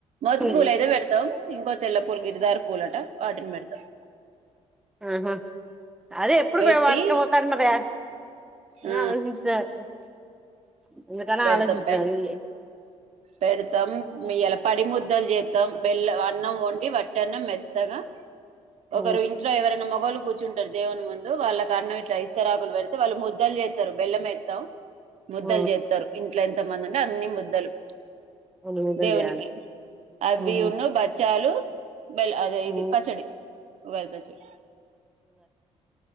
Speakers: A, on the right (about 65°); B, in the centre.
A: మోతుకు
B: ఉమ్.
A: పూలైతే పెడ్తాం ఇంకో తెల్లపూలు గిరిధార్ పూలట వాటిని పెడతాం
B: మ్ హు అది ఎప్పుడు
A: పెట్టి
B: <unintelligible> పట్కపోతారు అన్నదే ఏ
A: ఆ
B: ఆలోచించలె <unintelligible> ఇందుకానా
A: పెడతాం
B: ఆలోచించించయి
A: పెడతాం పెడతాం ఇయలా పడి ముద్దలు చేస్తాం వెల్ళ అన్నం వండి వట్ట అన్నం మెత్తగా
B: ఆ
A: ఒకరు ఇంట్లో ఎవరైనా మొగోళ్ళు కూర్చుంటారు దేవుని ముందు వాళ్ళకి అన్నం ఇట్లా ఇస్తరాకులు పెడితే వాళ్ళు ముద్దలు చేస్తారు బెల్లం ఎస్తాం ముద్దల్
B: ఆ
A: చేస్తారు ఇట్లా ఎంత మంది అండి అన్ని ముద్దలు
B: రెండు ముద్దలు
A: దేవునికి
B: చేయాలి
A: అవి
B: ఉహు
A: ఉన్న బచ్చాలు బెల్ అదే ఇది
B: ఊ
A: పచ్చడి ఉగాది పచ్చడి